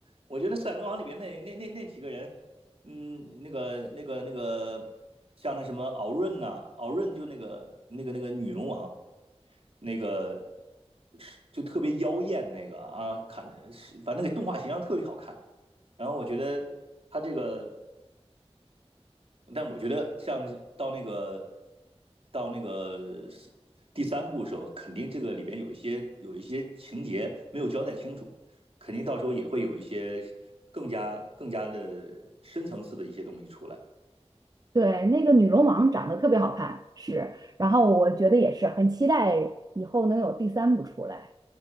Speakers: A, on the right; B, on the right.
A: 我觉得《四海龙王》里边那那那那几个人，嗯，那个那个那个，像那什么敖润呐、敖润就那个那个那个女龙王，那个是就特别妖艳那个啊，看的是反正那个动画形象特别好看。然后我觉得他这个但我觉得像到那个到那个是第三部的时候，肯定这个里边有一些有一些情节没有交代清楚，肯定到时候也会有一些更加更加的深层次的一些东西出来。
B: 对，那个女龙王长得特别好看，是，然后我觉得也是很期待以后能有第三部出来，